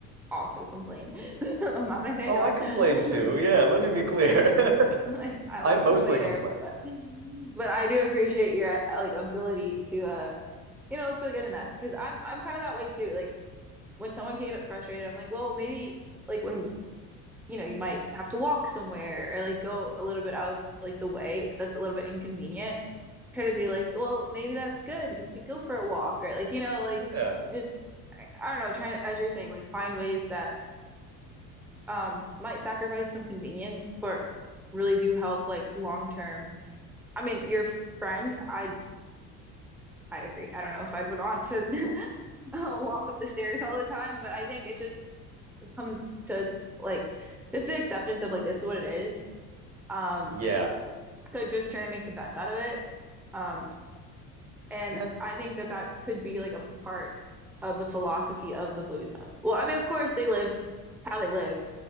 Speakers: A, in the centre; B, on the right.
A: also complain. <laughs> I'm not gonna say
B: Oh,
A: I don't.
B: I complained too. Yeah,
A: <laughs>
B: let me be clear.
A: Like
B: <laughs>
A: I'm
B: I
A: a
B: mostly
A: complainer,
B: complain.
A: but but I do appreciate your uh, like ability to uh you know look for the good in that because I'm I'm kind of that way too. Like when someone can get frustrated, I'm like, well, maybe like when you know, you might have to walk somewhere or like go a little bit out of like the way that's a little bit inconvenient. Try to be like, well, maybe that's good. We could go for a walk or like, you know, like
B: Yeah.
A: just I, I don't know, trying to, as you're saying, like find ways that um might sacrifice some convenience, but really do help like long term. I mean, your friend, I I agree. I don't know if I'd would want to <laughs> walk up the stairs all the time, but I think it just comes to like just the acceptance of like this is what it is. Um,
B: Yeah.
A: so just trying to make the best out of it um and
B: And that's
A: i think that that could be like a part of the philosophy of the blue zone well i mean of course they live how they live